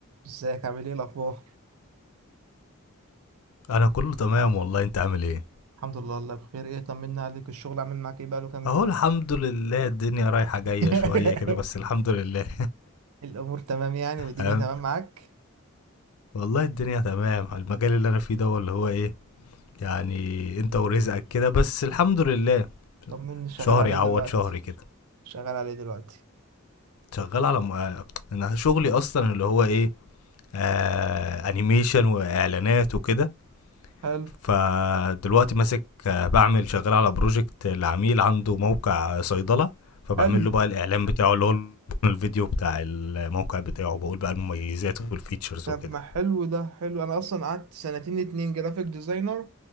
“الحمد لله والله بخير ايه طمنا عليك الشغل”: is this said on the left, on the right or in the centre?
Right